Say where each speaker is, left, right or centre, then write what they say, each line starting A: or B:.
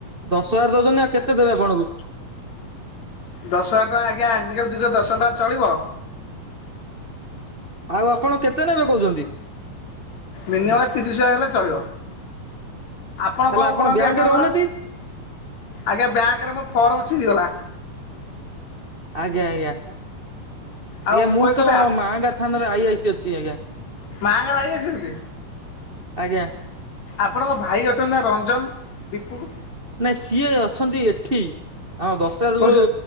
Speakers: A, on the right; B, on the left.
A: ଦଶ ହଜାର ଦଉଛନ୍ତି। ଆଉ କେତେ ଦେବେ ଆପଣଙ୍କୁ?
B: ଦଶ ହଜାର ଟଙ୍କା ଆଜ୍ଞା ଆଜିକାଲି ଯୁଗ ରେ ଦଶ ହଜାର ଟଙ୍କା ଚଳିବ?
A: ଆଉ ଆପଣ କେତେ ନେବେ କହୁଛନ୍ତି?
B: ମିନିମମ୍ ତିରିଶ ହଜାର ହେଲେ ଚଳିବ। ଆପଣ
A: ତାହେଲେ
B: କଣ କରନ୍ତି
A: ବ୍ୟାଙ୍କରେ
B: ଆପଣଙ୍କର
A: ରହୁନାହାନ୍ତି
B: ଆଜ୍ଞା ବ୍ୟାଙ୍କ ରେ ମୋ ଫର୍ମ ଚିରିଗଲା।
A: ଆଜ୍ଞା ଆଜ୍ଞା।
B: ଆଉ
A: ଆଜ୍ଞା ମୁଁ
B: କହିବା
A: ତ
B: କଥା
A: ମାହାଙ୍ଗା ଥାନାରେ ଆଇ ଆଇ ସି ଅଛି ଆଜ୍ଞା।
B: ମାଆଙ୍କ ରାଜି ଅଛନ୍ତି?
A: ଆଜ୍ଞା
B: ଆପଣଙ୍କ ଭାଇ ଅଛନ୍ତି ନା ରଞ୍ଜନ ଦୀପୁନୁ
A: ନାଇଁ ସିଏ ଅଛନ୍ତି ଏଠି ଆଉ ଦଶହାଲେବୁଲ
B: କୋଉଠି